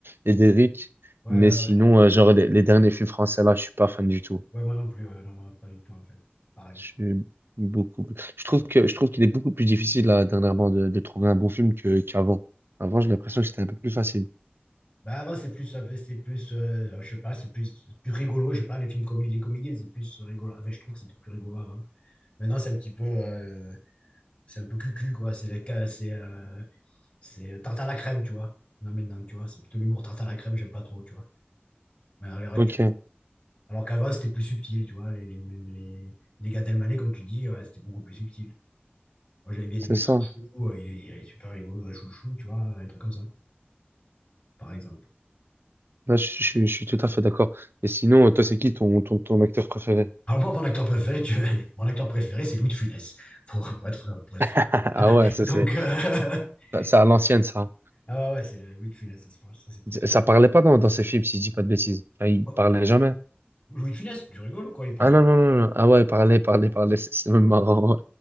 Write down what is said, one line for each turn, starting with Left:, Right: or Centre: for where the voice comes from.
Right: et d'Éric.
Left: ouais,
Right: Mais sinon,
Left: ouais. Ouais,
Right: euh, genre, les, les derniers films français, là, je suis pas fan du tout.
Left: Ouais, moi non plus, ouais, non, moi, pas du tout en fait. Pareil.
Right: Je suis beaucoup. plus- Je trouve que, je trouve qu'il est beaucoup plus difficile, là, dernièrement, de, de trouver un bon film que, qu'avant. Avant, j'ai l'impression
Left: Ouais.
Right: que c'était un peu plus facile.
Left: Bah avant c'est plus, ça fait- c'est plus, euh, je sais pas, c'est plus, c'est plus rigolo, je sais pas, les films comé- les comédies, c'est plus rigolo. Enfin, je trouve que c'était plus rigolo avant. Maintenant c'est un petit peu. euh, c'est un peu cucu, quoi. C'est les cas, c'est euh, c'est tarte à la crème, tu vois. Non, mais non, tu vois, c'est plutôt l'humour tarte à la crème, j'aime pas trop, tu vois. Mais à l'heure actuelle.
Right: Ok,
Left: Alors qu'avant, c'était plus subtil, tu vois. Les, les, les, les Gad Elmaleh, comme tu dis, ouais, c'était beaucoup plus subtil. Moi, j'avais bien
Right: c'est
Left: aimé
Right: ça.
Left: Chouchou, ouais, il, est, il est super rigolo, un Chouchou, tu vois, un truc comme ça, par exemple.
Right: Ouais, je, je suis je suis tout à fait d'accord. Et sinon, euh, toi, c'est qui ton, ton, ton acteur préféré?
Left: Alors moi, mon acteur préféré, tu vois, <laughs> mon acteur préféré, c'est Louis de Funès, pour, pour être franc, pour être
Right: <laughs>
Left: franc.
Right: Ah ouais, ça
Left: Donc,
Right: c'est
Left: euh, <laughs>
Right: ça à l'ancienne ça.
Left: ah ouais, ouais, c'est le Louis de Funès, ça, c'est pour ça. c'est pour ça.
Right: Ça parlait pas dans, dans ces films si je dis pas de bêtises. Enfin, il
Left: Oh,
Right: parlait jamais.
Left: Louis de Funès, tu rigoles, quoi, il parlait
Right: Ah non non non non. Ah ouais, il parlait parlait parlait. <laughs> C'est c'est même marrant.